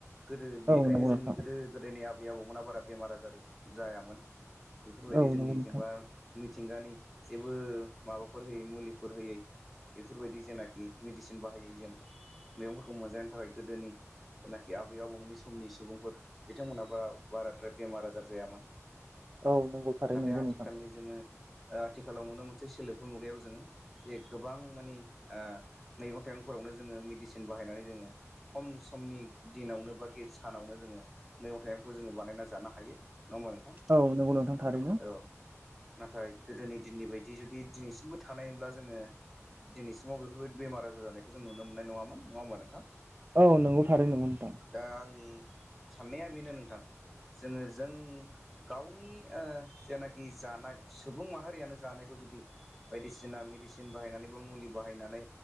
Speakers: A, in the centre; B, on the right.
A: गोदो बेनिखायनो
B: औ नंगौ नोंथां
A: जोंनि गोदो गोदायनि आबै आबौमोना बारा बेमार आजार जायामोन बेफोरबायदि
B: औ
A: जोंनि
B: नंगौ नोंथां
A: जेनेबा मिथिंगानि जेबो माबा फोर होयै मुलिफोर होयै बेफोरबायदि जेनाखि मेडिसिन बाहायै जों मैगंफोरखौ मोनजानो थाखाय गोदोनि जेनाखि आबै आबौमोननि समनि सुबुंफोर बिथांमोनाबा बाराद्राय बेमार आजार जायामोन
B: औ नंगौ थारैनो
A: नाथाय
B: नंगौ
A: आथिखालनि
B: नोंथां
A: जोङो आथिखालाव नुनो मोनसे सोलिफु मुगायाव जोङो जे गोबां मानिे मैगं थाइगंफोर फोरावनो जोङो मेडिसिन बाहायनानै जोङो खम समनि दिनावनो बा गि सानावनो जोङो मैगं थाइगंखौ जोङो बानायना जानो हायो नङा होमबा नोंथां
B: औ नंगौ नोंथां थारैनो
A: औ नाथाय गोदोनि दिननि बायदि जुदि दिनैसिमबो थानायमोनब्ला जोङो दिनैसिमाव बेफोरबायदि बेमार आजार जानायखौ जों नुनो मोननाय नङामोन नङा होमबा नोंथां
B: औ नंगौ थारैनो नंगौ नोंथां
A: दा आंनि साननाया बेनो नोंथां जोङो जों गावनि ओ जेनाखि जानाय सुबुं माहारियानो जानायखौ जुदि बायदिसिना मेदिसिन बाहायनानै बा मुलि बाहायनानै